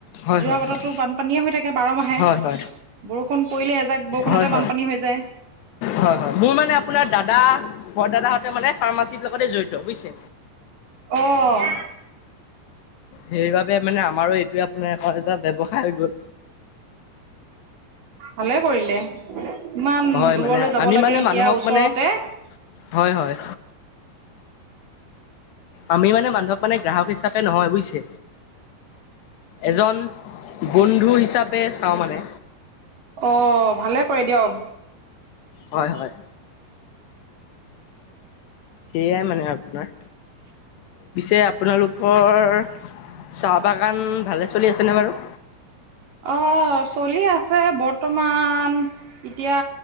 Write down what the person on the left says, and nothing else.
হয়
হয় হয়
হয় হয়
হয় হয়
হয় হয়, মোৰ মানে আপোনাৰ দাদা বৰ দাদাহঁতে মানে ফাৰ্মাচীৰ লগতে জড়িত, বুইছে?
সেইবাবে মানে আমাৰো এইটোৱে আপোনাৰ আক' এটা ব্যৱসায় হৈ গ'ল।
হয়
মানে
আমি
মানে
মানুহক
মানে হয় হয়। আমি মানে মানুহক মানে গ্ৰাহক হিচাপে নহয়, বুইছে? এজন বন্ধু হিচাপে চাওঁ মানে।
হয় হয়। সেয়াই মানে আপোনাৰ। পিছে আপোনালোকৰ চাহ বাগান ভালে চলি আছেনে বাৰু?